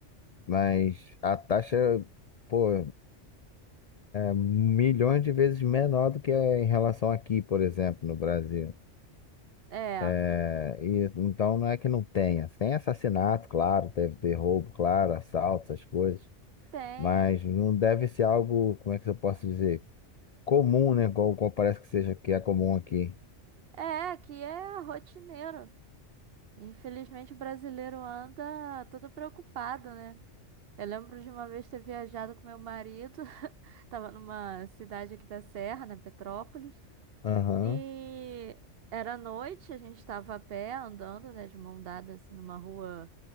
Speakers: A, on the left; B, on the right.
A: mas a taxa, pô. milhões de vezes menor do que em relação aqui, por exemplo, no Brasil.
B: É,
A: É, e, então não é que não tenha. Tem assassinato, claro, deve ter roubo, claro, assalto, essas coisas.
B: tem.
A: Mas não deve ser algo, como é que eu posso dizer? Comum, né? Igual, igual parece que seja que é comum aqui.
B: É, aqui é rotineiro. Infelizmente o brasileiro anda todo preocupado, né? Eu lembro de uma vez ter viajado com meu marido, <laughs> tava numa cidade aqui da Serra, né, Petrópolis,
A: Aham.
B: e era noite, a gente tava a pé andando, né, de mão dada assim numa rua